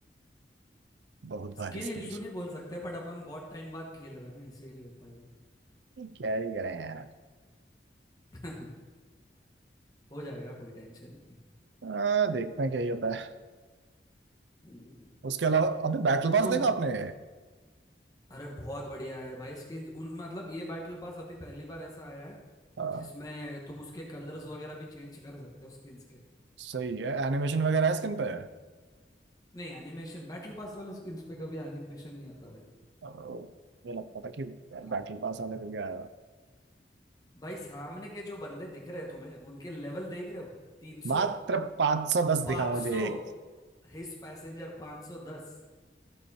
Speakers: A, on the right; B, on the left.
A: बहुत
B: स्किल
A: भारी स्किल
B: इशू
A: इशू
B: नहीं बोल सकते बट अपन बहुत टाइम बाद खेल रहे हैं ना इसीलिए होता है वो
A: क्या ही करें यार
B: <laughs> हो जाएगा कोई टेंशन नहीं
A: आ, देखते हैं क्या ही होता है
B: हम्म,
A: उसके अलावा अबे बैटल
B: तो
A: पास
B: तुम
A: देखा आपने
B: अरे बहुत बढ़िया है भाई स्किन उन मतलब ये बैटल पास अभी पहली बार ऐसा आया है
A: आ,
B: जिसमें तुम उसके कलर्स वगैरह भी चेंज कर सकते हो स्किन्स के
A: सही है एनिमेशन वगैरह है स्किन पे
B: नहीं एनिमेशन बैटल पास वाले स्किन्स पे कभी एनिमेशन नहीं आता भाई
A: आ, मुझे लगता था कि बैटल
B: हाँ
A: पास वाले को क्या
B: भाई सामने के जो बंदे दिख रहे हैं तुम्हें उनके लेवल देख रहे हो तीन
A: मात्र
B: सौ
A: पांच सौ दस
B: पांच
A: दिखा मुझे
B: सौ
A: एक
B: हिस पैसेंजर पांच सौ दस